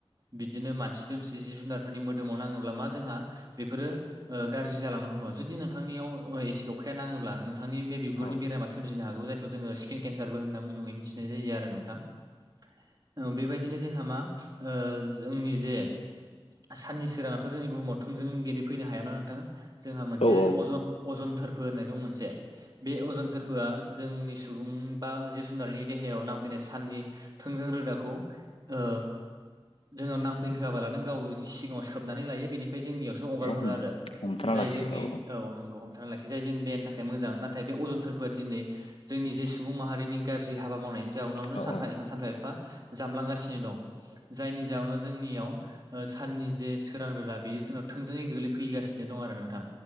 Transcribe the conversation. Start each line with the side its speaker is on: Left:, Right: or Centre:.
Right: बिदिनो मानसि दोमसि जिब जुनार फोरनि मोदोमाव नाङोब्ला मा जोंहा बेफोरो ओ गाज्रि जालांनो हमो। जुदि नोंथांनियाव अ एसिड अखा अखाया नांङोब्ला नोंथांनि बे बिगुरनि
Left: औ
Right: बेरामा सोमजिनो हागौ जाय खौ जोंङो स्किन केन्सारबो होनना मुंङै मिथिनाय जायो आरो नोंथां। ओ बेबायदिनो जोंहा मा ओ जोंनि जे साननि सोराङाथ' जोंनि बुहुमाव थोंजों गोलैफैनो हायाना नोंथां। जोंहा मोनसे
Left: औ
Right: अजन अजन थोरफो होननाय दं मोनसे। बे अजन थोरफोआ जोंनि सुबुं बा जिब जुनारनि देहायाव नांफैनाय साननि थोंजों रोदाखौ ओ जोंनाव नांफैहोआबालानो गाव सिगांङाव सोबनानै लायो बेनिफ्राय जोंनियावसो हंगार
Left: हम
Right: हरो आरो
Left: हमथाना
Right: जाय
Left: लाखियो
Right: जोंनि औ नंगौ हमथाना लाखियो जोंनि देहानि थाखाय मोजां नाथाय बे अजन थोरफोआ दिनै जोंनि जे सुबुं माहारिनि गाज्रि हाबा मावनायनि जाउनावनो
Left: औ
Right: सानफा
Left: औ
Right: एफा सानफा एफा जामलांगासिनो दं। जायनि जाहोनाव जोंनियाव ओ साननि जे सोरां रोदा बेयो जोंनाव थोंजोङै गोग्लैफैगा सिनो दं आरो नोंथां।